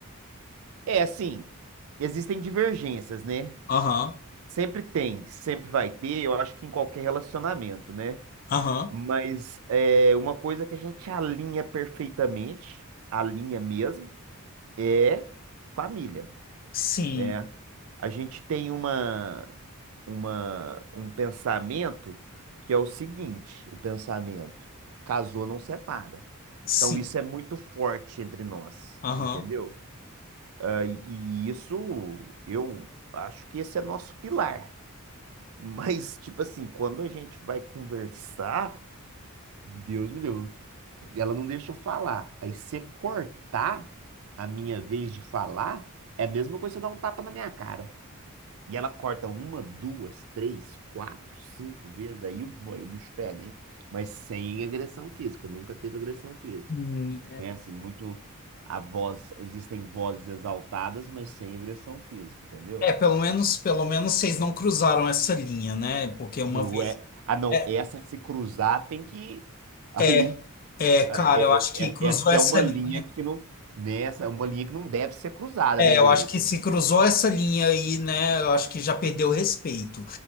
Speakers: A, on the right; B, on the left.
A: É assim, existem divergências, né?
B: Aham.
A: Sempre tem, sempre vai ter, eu acho que em qualquer relacionamento, né?
B: Aham.
A: Mas é uma coisa que a gente alinha perfeitamente, alinha mesmo, é família.
B: Sim,
A: né? A gente tem uma, uma, um pensamento que é o seguinte, o pensamento, casou não separa.
B: sim.
A: Então isso é muito forte entre nós,
B: Aham.
A: entendeu? Ah, e e isso eu acho que esse é nosso pilar. <laughs> Mas, tipo assim, quando a gente vai conversar, Deus me livre, ela não deixa eu falar. Aí você cortar a minha vez de falar é a mesma coisa que você dar um tapa na minha cara. E ela corta uma, duas, três, quatro, cinco vezes, aí o, aí o bicho pega, hein? Mas sem agressão física, nunca teve agressão física.
B: Hum,
A: Né? Assim, muito a voz, existem vozes exaltadas, mas sem agressão física, entendeu?
B: É, é, pelo menos, pelo menos vocês não cruzaram essa linha, né? Porque uma
A: Não
B: vez.
A: é. Ah, não,
B: É,
A: essa se cruzar tem que. Aí,
B: é, é,
A: aí,
B: cara,
A: é-
B: eu acho que
A: é-
B: cruzou
A: é- essa
B: essa
A: é uma
B: linha.
A: linha que não. Nessa é uma linha que não deve ser cruzada,
B: É,
A: né, Gleice?
B: eu acho que se cruzou essa linha aí, né? Eu acho que já perdeu o respeito.